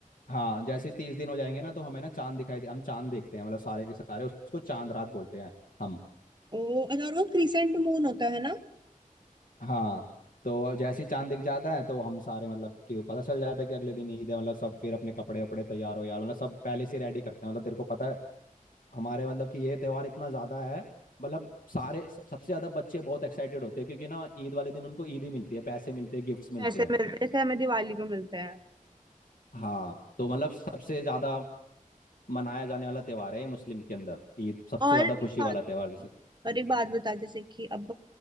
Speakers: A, on the left (about 80°); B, on the right (about 30°).
A: हाँ जैसे तीस दिन हो जाएंगे ना तो हमें ना चांद दिखाई दे हम चांद देखते हैं मतलब सारे के सारे उसको चांद रात बोलते हैं हम
B: ओ अच्छा और वो क्रिसेंट मून होता है ना
A: हाँ तो जैसे ही चांद दिख जाता है तो हम सारे मतलब कि पता चल जाता है कि अगले दिन ईद है मतलब सब फिर अपने कपड़े वपड़े तैयार हो यार मतलब सब पहले से रेडी करते हैं मतलब तेरे को पता है हमारे मतलब कि ये त्योहार इतना ज्यादा है मतलब सारे सब, सबसे ज्यादा बच्चे बहुत एक्साइटेड होते हैं क्योंकि ना ईद वाले दिन उनको ईद ही मिलती है पैसे मिलते हैं गिफ्ट्स मिलते
B: पैसे
A: हैं
B: मिलते हैं जैसे हमें दिवाली को मिलते हैं
A: हाँ तो मतलब सबसे ज्यादा मनाया जाने वाला त्यौहार है ये मुस्लिम के अंदर ईद सबसे
B: और
A: ज्यादा
B: एक
A: खुशी
B: बात
A: वाला त्यौहार जैसे
B: और एक बात बता जैसे कि अब